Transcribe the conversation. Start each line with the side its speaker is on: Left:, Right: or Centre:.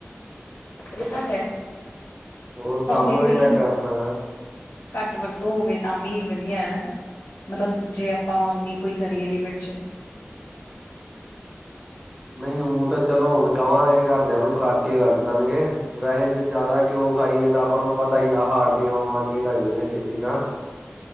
Left: ਇਹ ਤਾਂ ਹੈ।
Right: ਉਹ
Left: ਪਰ
Right: ਕੰਮ
Left: ਫੇਰ
Right: ਵੀ ਤਾਂ ਕਰਨਾ।
Left: ਘੱਟ ਵਰਤੋਂ ਹੋਵੇ ਤਾਂ ਵੀ ਵਧੀਆ ਹੈ। ਮਤਲਬ ਜੇ ਆਪਾਂ ਓਨੀ ਕੋਈ ਕਰੀਏ ਲਿਮਿਟ ਚ।
Right: ਨਹੀਂ ਉਹ ਤਾਂ ਚਲੋ ਹੁਣ ਕਵਾਂਗੇ ਘਰਦਿਆਂ ਨੂੰ ਘਟ ਹੀ ਵਰਤਣਗੇ। ਵੈਸੇ ਜੇ ਜ਼ਿਆਦਾ ਘਿਉ ਖਾਈਏ ਤਾਂ ਆਪਾਂ ਨੂੰ ਪਤਾ ਹੀ ਆ ਹਾਰਟ ਦੀਆਂ ਬਿਮਾਰੀਆਂ ਹੀ ਲੱਗਦੀਆਂ ਛੇਤੀ ਤਾਂ।